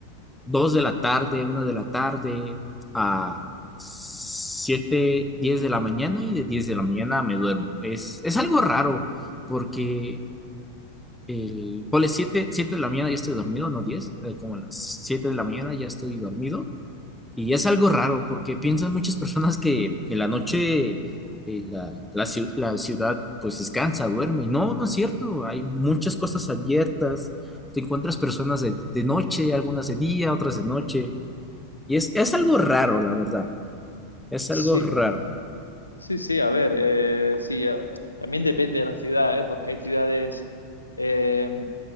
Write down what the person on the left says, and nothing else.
Sí,
sí, sí, a ver, eh, sí, eh, también depende de la ciudad, ¿eh? Porque hay ciudades eh,